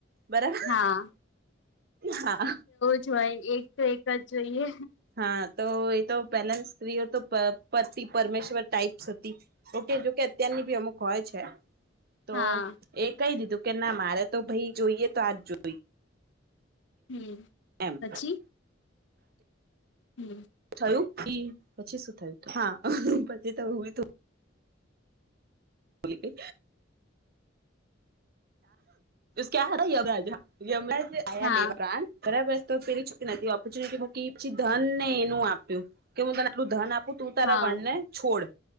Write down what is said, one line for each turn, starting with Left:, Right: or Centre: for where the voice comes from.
Right: બરાબર
Left: હા
Right: હા
Left: જોય એક તો એક જ જોઈએ
Right: હા તો એ તો પહેલા સ્ત્રીઓ તો પતિ પરમેશ્વર ટાઈપ્સ હતી ઓકે જોકે અત્યારની બી અમુક હોય છે તો
Left: હા
Right: એ કહી દીધું કે ના મારે તો ભઈ જોઈએ તો આજ જોઈ
Left: હમ
Right: એમ
Left: પછી હમ
Right: થયું પછી શું થયું હા પછી તો અમે તો બોલે કે ક્યા યમરાજ યમરાજ આયા
Left: હા
Right: લેવન બરા બરાબર તોરી ચ નથી ઓપોર્ચ્યુનિટી કી પછી ધન ને એનું આપ્યું કે હું તને આટલું ધન આપું તું તારા
Left: હા
Right: વણ ને છોડ